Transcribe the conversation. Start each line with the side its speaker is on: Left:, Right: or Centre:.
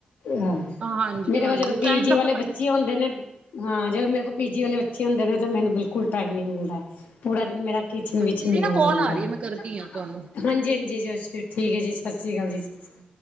Left: <inaudible>
Right: ਹਾਂਜੀ-ਹਾਂਜੀ
Left: ਮੇਰੇ ਕੋਲ ਜਦੋਂ ਪੀਜੀ
Right: ਟਾਈਮ ਦਾ
Left: ਵਾਲੇ
Right: ਪਤਾ
Left: ਬੱਚੇ
Right: ਨੀ
Left: ਔਨਦੇ ਨੇ ਹਾਂ, ਜਦੋਂ ਮੇਰੇ ਕੋਲ ਪੀਜੀ ਵਾਲੇ ਬੱਚੇ ਹੁੰਦੇ ਨੇ ਤਾਂ ਮੈਨੂੰ ਬਿਲਕੁਲ ਟਾਈਮ ਨੀ ਮਿਲਦਾ ਪੂਰਾ ਦਿਨ ਮੇਰਾ ਕਿਚਨ ਵਿੱਚ
Right: ਮੇਰੀ
Left: ਈ ਨਿਕਲ
Right: ਨਾ ਕੋਲ
Left: ਜਾਂਦੈ।
Right: ਆ ਰੀ ਏ ਮੈਂ ਕਰਦੀ
Left: <unintelligible>
Right: ਆ ਤੁਹਾਨੂੰ।
Left: ਹਾਂਜੀ-ਹਾਂਜੀ, <unintelligible> ਠੀਕ ਐ ਜੀ ਸਸ ਸ਼੍ਰੀ ਕਾਲ ਜੀ ਸਸ ਸ਼ੀ